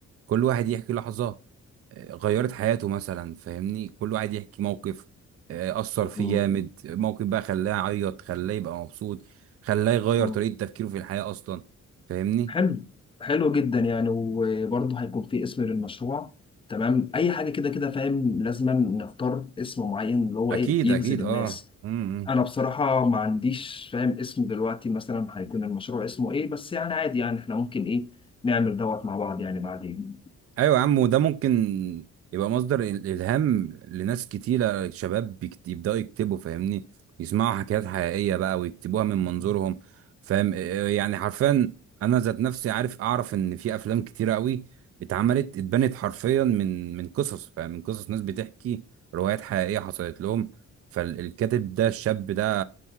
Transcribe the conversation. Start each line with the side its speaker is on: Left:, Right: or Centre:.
Right: كل واحد يحكي لحظة آه، غيرت حياته مثلا فاهمني كل واحد يحكي موقف آه، أثر فيه
Left: مم.
Right: جامد موقف بقى خلاه يعيط خلاه يبقى مبسوط خلاه يغير
Left: مم.
Right: طريقة تفكيره في الحياة أصلا فاهمني
Left: حلو حلو جدا يعني وبرضه هيكون في اسم للمشروع تمام اي حاجة كده كده فاهم لازم نختار اسم معين اللي هو
Right: أكيد
Left: ايه يجذب
Right: أكيد
Left: الناس
Right: أه مم.
Left: انا بصراحه ما عنديش فاهم اسم دلوقتي مثلا هيكون المشروع اسمه ايه بس يعني عادي يعني احنا ممكن ايه نعمل دوت مع بعض يعني بعدين
Right: ايوه يا عم وده ممكن يبقى مصدر ال- الهام لناس كتيره شباب بيكت- يبداوا يكتبوا فاهمني يسمعوا حكايات حقيقيه بقى ويكتبوها من منظورهم فاهم إيه يعني حرفيا انا ذات نفسي عارف اعرف ان في افلام كتيره قوي اتعملت اتبنت حرفيا من من قصص فاهم من قصص ناس بتحكي روايات حقيقيه حصلت لهم فالكاتب ده الشاب ده